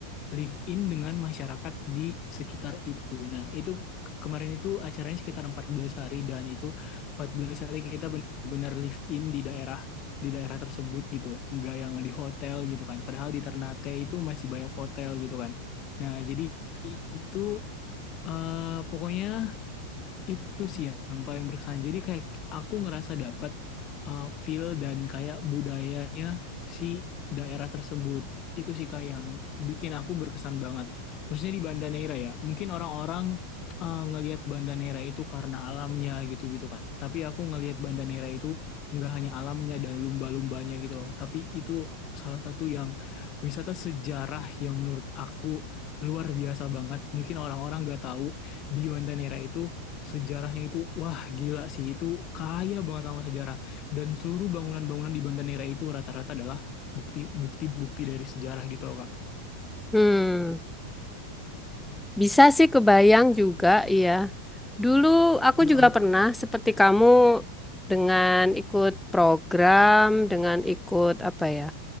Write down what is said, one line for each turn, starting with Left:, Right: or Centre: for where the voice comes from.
Left: live in dengan masyarakat di sekitar itu. Nah, itu kemarin itu acaranya sekitar 14 hari dan itu 14 hari kita benar-benar live in di daerah di daerah tersebut gitu. Enggak yang di hotel gitu kan. Padahal di Ternate itu masih banyak hotel gitu kan. Nah, jadi itu eh, pokoknya itu sih yang paling berkesan. Jadi kayak aku ngerasa dapat uh, feel dan kayak budayanya si daerah tersebut. Itu sih kayak yang bikin aku berkesan banget. Khususnya di Banda Neira ya. Mungkin orang-orang uh, ngelihat Banda Neira itu karena alamnya gitu-gitu kan. Tapi aku ngelihat Banda Neira itu nggak hanya alamnya dan lumba-lumbanya gitu loh. Tapi itu salah satu yang wisata sejarah yang menurut aku luar biasa banget. Mungkin orang-orang nggak tahu di Banda Neira itu Sejarahnya itu, wah gila sih, itu kaya banget sama sejarah. Dan seluruh bangunan-bangunan di Bandanera itu rata-rata adalah bukti, bukti-bukti dari sejarah gitu loh, Kak.
Centre: Hmm, bisa sih kebayang juga, iya. Dulu aku
Left: Heeh,
Centre: juga pernah seperti kamu dengan ikut program, dengan ikut apa ya,